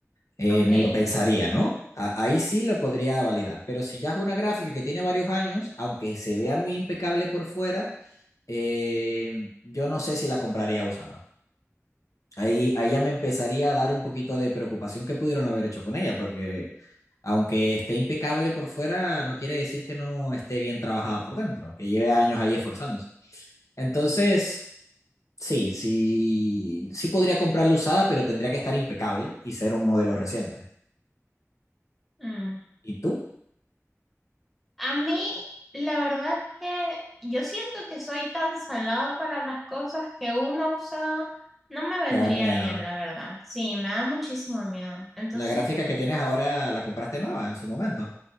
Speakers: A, on the left; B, in the centre.
A: Eh,
B: Ok.
A: me lo pensaría, ¿no? A- ahí sí lo podría validar, pero si ya es una gráfica que tiene varios años, aunque se vea muy impecable por fuera, eh, yo no sé si la compraría usada. Ahí, ahí ya me empezaría a dar un poquito de preocupación que pudieron haber hecho con ella, porque Aunque esté impecable por fuera, no quiere decir que no esté bien trabajada por dentro, que lleve años ahí esforzándose. Entonces, sí, sí, sí podría comprarla usada, pero tendría que estar impecable y ser un modelo reciente.
B: Mm.
A: ¿Y tú?
B: A mí, la verdad es que yo siento que soy tan salada para las cosas que una usada no me vendría
A: Te da miedo.
B: bien, la verdad. Sí, me da muchísimo miedo. Entonces,
A: La gráfica que tienes ahora la compraste nueva en su momento.